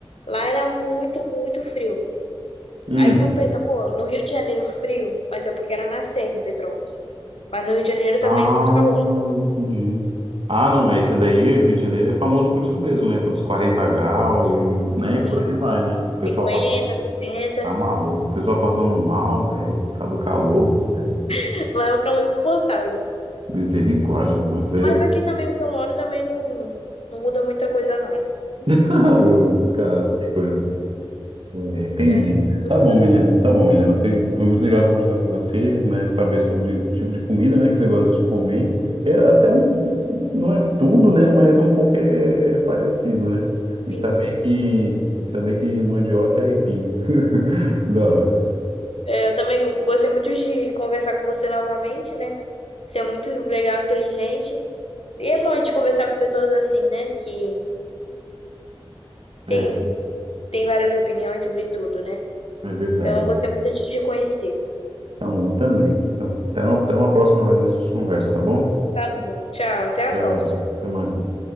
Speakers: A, on the left; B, on the right.
A: Lá era muito, muito frio.
B: Hum.
A: Aí tu pensa, pô, no Rio de Janeiro frio, mas é porque era na Serra em Petrópolis. Mas no Rio de Janeiro também
B: Ah,
A: é muito calor,
B: entendi. Ah, não, é esse daí, Rio de Janeiro é famoso por isso mesmo, né? Pelos 40 graus, e, né? E por
A: sim.
B: aí vai, né? O pessoal
A: cinquenta
B: passando,
A: sessenta
B: tá maluco, o pessoal passando mal, é, tá do calor, é,
A: <laughs> lá é o calor insuportável.
B: misericórdia, não sei.
A: Mas aqui também onde eu moro também não, não muda muita coisa, não.
B: <laughs> Meu, cara, que coisa. É, Entendi.
A: É, não
B: Tá
A: muda
B: bom,
A: não.
B: Milena. Tá bom, Milena. Foi, foi muito legal conversar com você, né? Saber sobre o tipo de comida, né, que você gosta de comer. É até um, não é tudo, né? Mas um pouco é, é parecido, né? E
A: Sim.
B: saber que, e saber que mandioca é aipim. <laughs> Da hora.
A: É, eu também gostei muito de conversar com você novamente, né? Você é muito legal, inteligente. E é bom a gente conversar com pessoas assim, né? Que
B: É,
A: tem, tem várias opiniões sobre tudo, né?
B: é verdade.
A: Então, eu gostei muito de te conhecer.
B: Tá bom, eu também. Tá bom. Até uma, até uma próxima vez a gente conversa, tá bom?
A: Tá bom, tchau, até a
B: Tchau.
A: próxima.
B: Até mais.